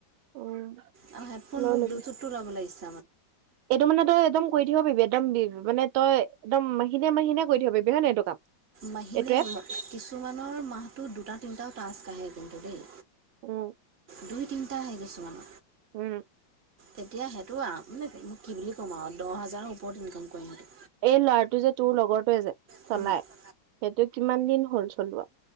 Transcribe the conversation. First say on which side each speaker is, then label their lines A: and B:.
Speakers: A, on the right (about 85°); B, on the right (about 35°).
A: উম
B: আৰু হেডফোন
A: লৈ
B: মোক
A: লবি
B: ব্লুটুথ টো ল'ব লাগিছিল।
A: এইটো মানে তই একদম কৰি থাকিব পাৰিবি একদম মানে তই একদম সিনে মান সিননে কৰি থাকিব পাৰিবি হয়ে নহ এইটো কাম <unintelligible>
B: মাহিলে
A: এইটো এপ
B: কিছুমানৰ মাহতো দুটা তিনটাও তাজ কাঢ়ে কিন্তু দেই
A: উম।
B: দুই তিনিটা আহি গৈছো মানে।
A: উম।
B: তেতিয়া সেইটো আৰু মানে ম কি বুলি ক'ম আৰু দহ হাজাৰৰ ওপৰত ইনকাম কৰিম।
A: এই লৰাটো যে তোৰ লগৰটোৱে যে
B: সিহঁতি
A: চলাই সেইটো কিমান দিন হ'ল? চলোৱা।